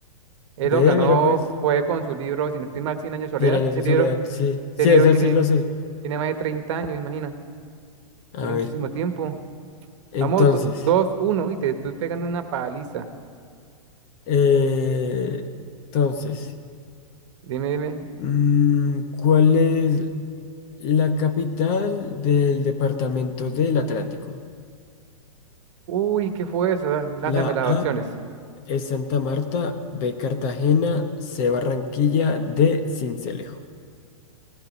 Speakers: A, on the right; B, on the left.
A: Él
B: Ve,
A: lo ganó,
B: mira pues,
A: fue con su libro, si no estoy mal, Cien años de soledad.
B: cien años
A: Ese
B: de
A: libro,
B: soledad. Sí,
A: ese
B: sí,
A: libro
B: ese
A: tiene,
B: sí lo sé.
A: tiene más de 30 años, imagina.
B: A
A: Tiene
B: ver,
A: muchísimo tiempo.
B: entonces,
A: Vamos, do- dos, uno y te estoy pegando una paliza.
B: eh, entonces,
A: Dime, dime.
B: mm, ¿cuál es? La capital del departamento del Atlántico.
A: Uy, ¿qué fue eso? Ah, Lánzame
B: La
A: las
B: A
A: opciones.
B: es Santa Marta, B Cartagena, C Barranquilla, D Cincelejo.